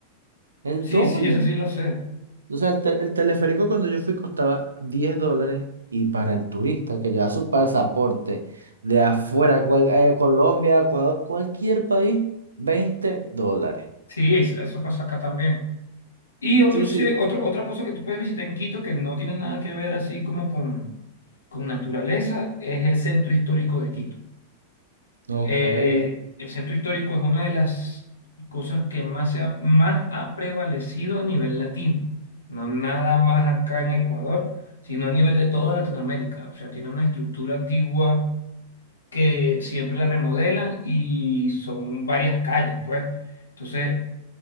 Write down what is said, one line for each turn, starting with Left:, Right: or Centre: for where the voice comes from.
Right: El
Left: Sí,
Right: doble.
Left: sí, eso sí lo sé.
Right: O sea, el, te- el teleférico cuando yo fui costaba 10 dólares. Y para el turista que lleva su pasaporte de afuera, cual- eh, Colombia, Ecuador, cualquier país, 20 dólares.
Left: Sí, es- eso pasa acá también. Y otro,
Right: Sí,
Left: se-
Right: sí.
Left: otro, otra cosa que tú puedes visitar en Quito que no tiene nada que ver así como con, con naturaleza es el centro histórico de Quito.
Right: Ok.
Left: Eh,
Right: me-
Left: el centro histórico es una de las cosas que más, se ha, más ha prevalecido a nivel latino, no nada más acá en Ecuador, sino a nivel de toda Latinoamérica. O sea, tiene una estructura antigua que siempre la remodelan y son varias calles, pues. Entonces,